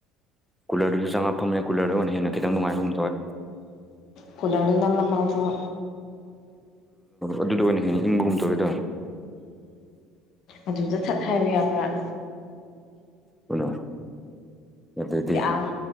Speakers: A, in the centre; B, on the left.
A: ꯀꯨꯂꯔꯗꯨꯁꯨ ꯆꯪꯉꯥꯐꯝꯃꯦ ꯀꯨꯂꯔꯗ ꯑꯣꯏꯅ ꯍꯟꯅ ꯈꯤꯇꯪ ꯅꯨꯡꯉꯥꯏꯒꯨꯝ ꯇꯧꯋꯦ
B: ꯀꯨꯂꯔꯗꯨ ꯅꯞ ꯅꯞ ꯂꯥꯎꯗ꯭ꯔꯣ
A: ꯑꯗꯨꯗ ꯑꯣꯏꯅ ꯍꯦꯟꯅ ꯏꯪꯕꯒꯨꯝ ꯇꯧꯏꯗ
B: ꯑꯗꯨꯗ ꯊꯠ ꯍꯥꯏꯕ ꯌꯥꯕ꯭ꯔꯥ
A: ꯀꯩꯅꯣ ꯑꯗꯨꯗꯤ
B: ꯌꯥꯝ